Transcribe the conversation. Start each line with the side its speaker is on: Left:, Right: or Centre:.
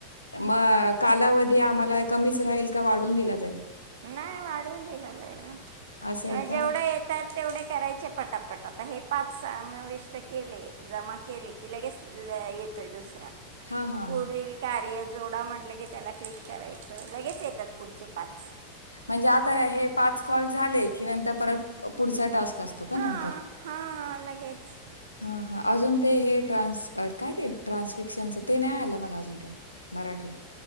Left: मग कालावधी आम्हाला कमीच राहील का वाढून दिला जाईल
Right: नाही वाढव दिला जाईल ना
Left: असं
Right: किंवा
Left: आहे
Right: जेवढं
Left: का?
Right: येतात तेवढे करायचे पटापट आता हे पाच समाविष्ट केले जमा केले की लगेच येतोय दुसरा
Left: हा हा
Right: पुढील
Left: हा.
Right: कार्य जोडा म्हटलं की त्याला क्लिक करायचं लगेच येतात पुढचे पाच
Left: म्हणजे आता हे पाच कॉल झाले की नंतर परत पुढचा टास्क असतो का
Right: हा
Left: नंतर?
Right: हा लगेच
Left: हां हां अजून ते हे ट्रान्स काय ते ट्रान्सफिक्शनचं ते नाही आलं मला अजून काय मराठी